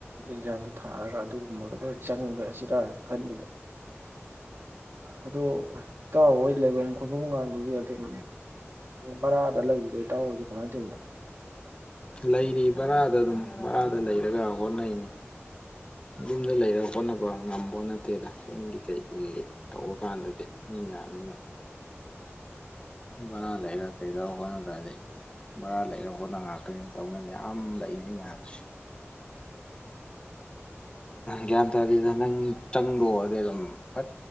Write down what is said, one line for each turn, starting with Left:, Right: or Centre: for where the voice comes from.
Right: ꯑꯦꯛꯖꯥꯝꯗꯨ ꯊꯥꯔꯒ ꯑꯗꯨꯒꯨꯝꯕꯗꯣ ꯈꯔ ꯆꯪꯈ꯭ꯔꯁꯤꯔ ꯈꯜꯂꯤꯕ ꯑꯗꯣ ꯇꯣꯏ ꯂꯩꯐꯝ ꯈꯣꯠꯐꯝꯒꯗꯨꯗꯤ ꯑꯗꯨꯝ ꯕꯔꯥꯗ ꯂꯩꯔꯤꯗꯩ ꯇꯥꯎꯔꯁꯤꯦ ꯀꯃꯥꯏꯅ ꯇꯧꯔꯤꯅꯣ
Left: ꯂꯩꯔꯤ ꯕꯔꯥꯗ ꯑꯗꯨꯝ ꯕꯔꯥꯗ ꯂꯩꯔꯒ ꯍꯣꯠꯅꯩꯅꯦ ꯌꯨꯝꯗ ꯂꯩꯔ ꯍꯣꯠꯅꯕ ꯉꯝꯕꯣ ꯅꯠꯇꯦꯗ ꯌꯤꯡꯒꯤ ꯀꯩꯀꯩ ꯇꯧꯔꯀꯥꯟꯗꯗꯤ ꯃꯤ ꯌꯥꯝꯅ ꯕꯔꯥ ꯂꯩꯔ ꯀꯩꯗꯧꯔ ꯍꯣꯠꯅꯗ꯭ꯔꯗꯤ ꯚꯔꯥ ꯂꯩꯔꯒ ꯍꯣꯠꯅ ꯉꯥꯛꯇꯅꯤ ꯇꯧꯅꯩ ꯃꯌꯥꯝ ꯂꯩꯅꯩ ꯃꯌꯥꯝꯁꯦ ꯒ꯭ꯌꯥꯟ ꯇꯥꯗꯦꯗ ꯅꯪ ꯆꯪꯗꯣꯛ ꯑꯣꯏꯔꯗꯤ ꯑꯗꯨꯝ ꯐꯠ